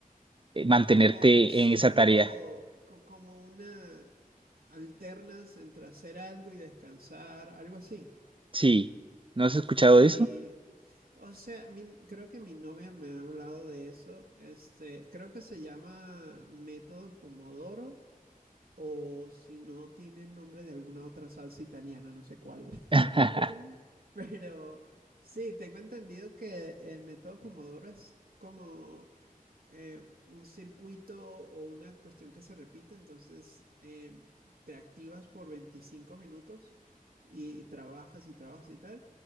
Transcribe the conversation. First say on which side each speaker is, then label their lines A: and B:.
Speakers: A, on the right; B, on the right.
A: eh, mantenerte
B: como un ciclo,
A: en esa tarea.
B: co- como una alternas entre hacer algo y descansar, algo así.
A: Sí, ¿no has escuchado
B: Sí,
A: de eso?
B: o sea, mi- creo que mi novia me ha hablado de eso. Este, creo que se llama método Pomodoro. o si no tiene el nombre de alguna otra salsa italiana, no sé cuál. <laughs>
A: <laughs>
B: Pero sí, tengo entendido que el método Pomodoro es como eh, un circuito o una cuestión que se repite, entonces em, te activas por 25 minutos y trabajas y trabajas y tal,